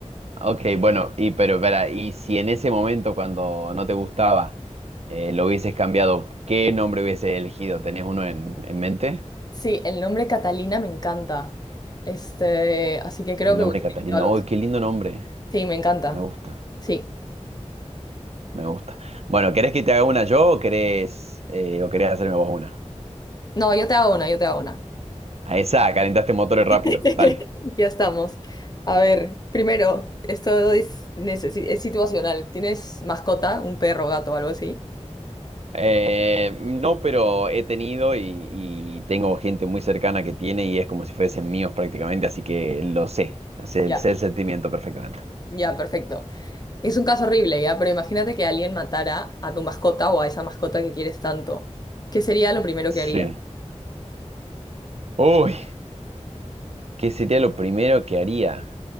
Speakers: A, on the right; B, on the left.
A: Ok, bueno, y pero espera, y si en ese momento cuando no te gustaba eh, lo hubieses cambiado, ¿qué nombre hubieses elegido? ¿Tenés uno en, en mente?
B: Sí, el nombre Catalina me encanta. Este, así que creo
A: El
B: que
A: nombre
B: hubiese
A: Catalina.
B: elegido algo
A: Uy,
B: así.
A: qué lindo nombre.
B: Sí, me encanta.
A: Me gusta,
B: Sí.
A: me gusta. Bueno, ¿querés que te haga una yo o querés, eh, o querés hacerme vos una?
B: No, yo te hago una, yo te hago una.
A: A esa, calentaste motores
B: <laughs>
A: rápido. Dale.
B: Ya estamos. A ver, primero, esto es, necesi- es situacional. ¿Tienes mascota, un perro, gato, algo así?
A: Eh, no, pero he tenido y, y tengo gente muy cercana que tiene y es como si fuesen míos prácticamente, así que lo sé. Sé,
B: Ya,
A: sé el sentimiento perfectamente.
B: ya, perfecto. Es un caso horrible, ya, pero imagínate que alguien matara a tu mascota o a esa mascota que quieres tanto. ¿Qué sería lo primero
A: Sí.
B: que harías?
A: Uy, ¿qué sería lo primero que haría?